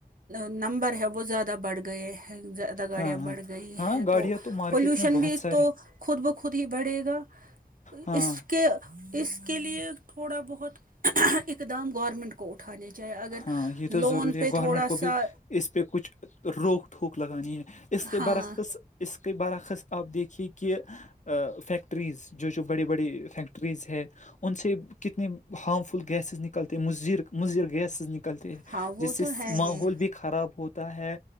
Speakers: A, on the right (about 65°); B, on the left (about 50°).
A: نمبر ہے وہ زیادہ بڑھ گئے ہیں زیادہ گاڑیاں
B: ہاں ہاں
A: بڑھ گئی
B: ہاں
A: ہیں
B: گاڑیاں
A: تو
B: مارکیٹ
A: پولوشن
B: میں بہت
A: بھی
B: سارے
A: تو خود بخود ہی بڑھے گا
B: ہاں
A: اس کے اس کے لیے تھوڑا بہت اقدام گورنمنٹ کو اٹھانے جاہ اگر
B: ہاں یہ تو
A: لون
B: ضروری
A: پہ
B: ہے گورنمنٹ
A: تھوڑا
B: کو
A: سا
B: بھی اس پہ کچھ روک ٹوک لگانی ہے اس کے
A: ہاں
B: برعکس اس کے برعکس آپ دیکھیے کہ فیکٹریز جو جو بڑی بڑی فیکٹریز ہے ان سے کتنے ہارم فل گیسز نکلتے م مضر گیس نکلتے ہیں
A: ہاں وہ
B: جس سے
A: تو ہے ہی
B: ماحول بھی خراب ہوتا ہے